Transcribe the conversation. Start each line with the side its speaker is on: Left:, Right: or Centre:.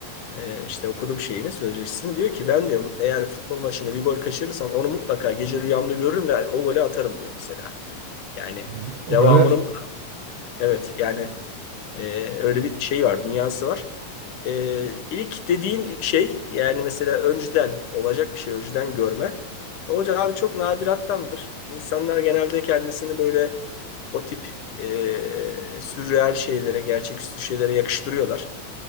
Left: Ee, işte okudum şeyini, sözleşmesini diyor ki ben diyor eğer futbol maçında bir gol kaçırırsam onu mutlaka gece rüyamda görürüm ve o golü atarım diyor mesela. Yani
Right: Yani O
Left: devamının
Right: kadar
Left: evet yani ee, öyle bir şey var, dünyası var. Ee, ilk dediğin şey yani mesela önceden olacak bir şey, önceden görme. Hocam abi çok nadirattandır. İnsanlar genelde kendisini böyle o tip e, sürreal şeylere, gerçeküstü şeylere yakıştırıyorlar.